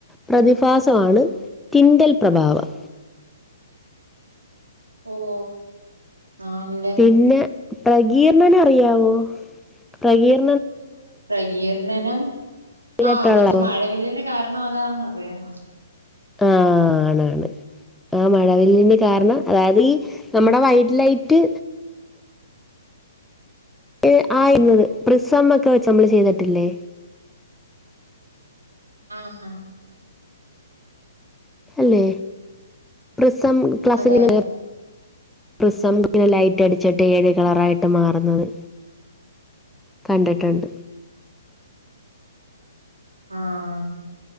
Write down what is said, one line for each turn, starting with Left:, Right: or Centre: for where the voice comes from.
Centre: പ്രതിഭാസമാണ് ക്വിറ്റൽ പ്രഭാവം.
Right: ഓഹ് ആഹ്
Centre: പിന്നെ പ്രകീർണന അറിയാവോ പ്രകീർ
Right: പ്രകീർണനം
Centre: ചെയ്തിട്ടുള്ളോ
Right: ആഹ് ഇന്നട്ട് മറ്റേ മഴവില്ലിന് കാ അതാന്നറിയാം
Centre: ആഹ് ആണാണ് ആഹ് മഴവില്ലിന് കാരണം അതായത് ഈ നമ്മളെ വൈറ്റ് ലൈറ്റ് ഏ ആയിരത് പ്രസം ഒക്കെ വെച്ച് നമ്മള് ചെയ്തിട്ടില്ലേ
Right: ആഹ് ആഹ്
Centre: അല്ലെ പ്രിസം <unintelligible>
Right: അതെ
Centre: പ്രിസം <unintelligible> ലൈറ്റ് അടിച്ചിട്ട് ഏഴ് കളറായിട്ട് മാറ്ന്നത് കണ്ടിട്ടുണ്ട്
Right: ആഹ്